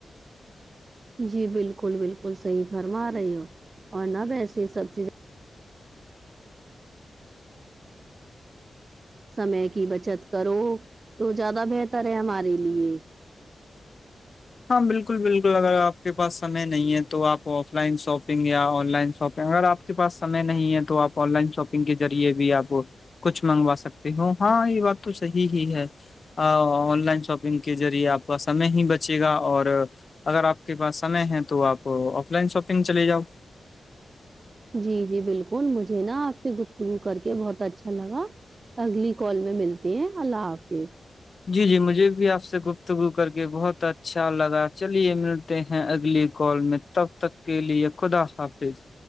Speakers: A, on the right; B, on the left.
A: جی بالکل بالکل صحیح فرما رہی ہو اور نہ ویسے سب چیزیں سمے کی بچت کرو تو زیادہ بہتر ہے ہمارے لیے
B: ہاں بالکل بالکل اگر آپ کے پاس سمے نہیں ہے تو آپ آف لائن شاپنگ یا آن لائن شاپنگ اگر آپ آ کے پاس سمے نہیں ہے تو آپ آن لائن شاپنگ کے ریعے بھی آپ کچھ منگوا سکتے ہو ہاں یہ بات تو صحی ہی ہے آن لائن شاپنگ کے ذریعے آپ کا سے ہی بچ چے گا اور اگر آپ کے پاس سمے ہے تو آپ آف لائن شاپنگ چلے جاؤ
A: جی جی بالکل مجھے نا آپ سے گفتگو کر کے بہت اچھا لگا اگلی کال میں ملتی ہیں اللہ حافظ
B: جی جی مجھے بھی آپ سے گفتگو کر کے بہت اچھا لگا چلیے ملتے ہیں اگلی کال میں تب تک کے لیے خداا پظ <unintelligible>